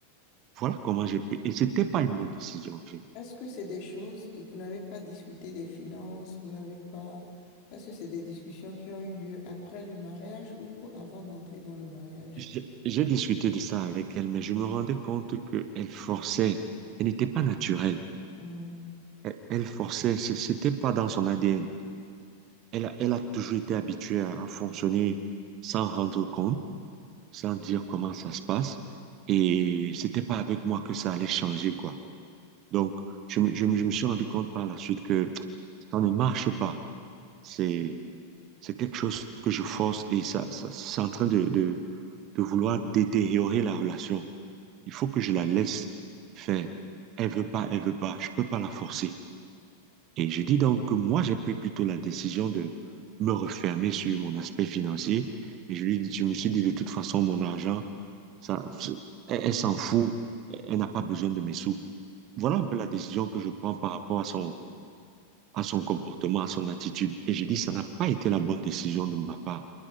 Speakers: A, on the right; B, on the left.
A: Voilà comment j'ai pris.
B: Mm.
A: Et c'était pas une bonne décision, en fait.
B: Est-ce que c'est des choses, et vous n'avez pas discuté des finances, vous n'avez pas... Est-ce que c'est des discussions qui ont eu lieu après le mariage ou avant d'entrer dans le mariage?
A: J'ai j'ai discuté de ça avec elle, mais je me rendais compte qu'elle forçait. Elle n'était pas naturelle.
B: Hmm,
A: Elle, elle forçait. C- C'était pas dans son ADN. Elle a, elle a toujours été habituée à à fonctionner sans rendre compte. sans dire comment ça se passe. Et c'était pas avec moi que ça allait changer, quoi. Donc, je me, je me- je me suis rendu compte par la suite que ça ne marche pas. C'est, c'est quelque chose que je force et ça, ça, c'est en train de, de, de vouloir détériorer la relation. Il faut que je la laisse faire. Elle veut pas, elle veut pas. Je peux pas la forcer. Et je dis donc que moi, j'ai pris plutôt la décision de me refermer sur mon aspect financier. Et je lui dis, je me suis dit, de toute façon, mon argent, ça, elle, elle s'en fout. Elle n'a pas besoin de mes sous. Voilà un peu la décision que je prends par rapport à son, à son comportement, à son attitude. Et je dis, ça n'a pas été la bonne décision de ma part.